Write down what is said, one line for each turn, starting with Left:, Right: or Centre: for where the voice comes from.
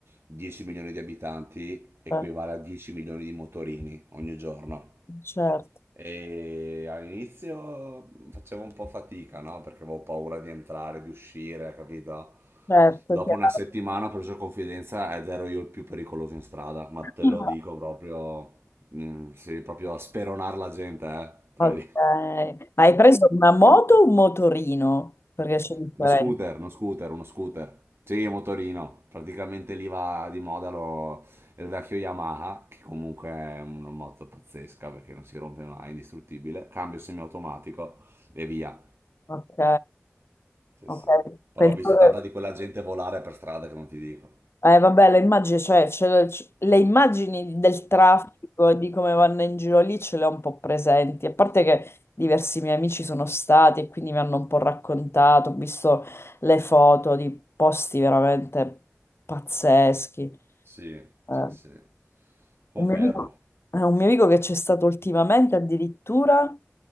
Right: 10 milioni di abitanti equivale
Left: Certo,
Right: a 10 milioni di motorini ogni giorno.
Left: certo,
Right: E all'inizio facevo un po' fatica, no? Perché avevo paura di entrare, di uscire, capito?
Left: certo,
Right: Dopo
Left: chiaro.
Right: una settimana ho preso confidenza ed ero io il più pericoloso in strada, ma
Left: <laughs>
Right: te lo dico proprio, mm, sì, proprio a speronare la gente, eh, te
Left: Ok.
Right: lo dico.
Left: Ma hai preso una moto o un motorino? Perché c'è differenza.
Right: Uno scooter, uno scooter, uno scooter. Sì, motorino. Praticamente lì va di moda lo- il vecchio Yamaha, che comunque è una moto pazzesca perché non si rompe mai, è indistruttibile. Cambio semiautomatico e via.
Left: Ok,
Right: Sì,
Left: ok.
Right: sì. Però
Left: Pensavo...
Right: ho visto tanta di quella gente volare per strada che non ti dico.
Left: Eh, vabbè, le immagini, cioè, ce- ce- le immagini del traffico e di come vanno in giro lì ce le ho un po' presenti, a parte che diversi miei amici sono stati e quindi mi hanno un po' raccontato, ho visto le foto di posti veramente pazzeschi.
Right: Sì,
Left: Eh,
Right: sì, sì. Confermo.
Left: un mio amico, eh, un mio amico che c'è stato ultimamente addirittura